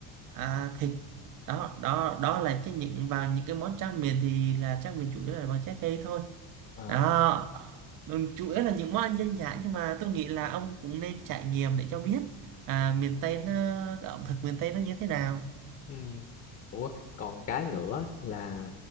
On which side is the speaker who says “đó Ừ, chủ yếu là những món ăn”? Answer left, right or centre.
Right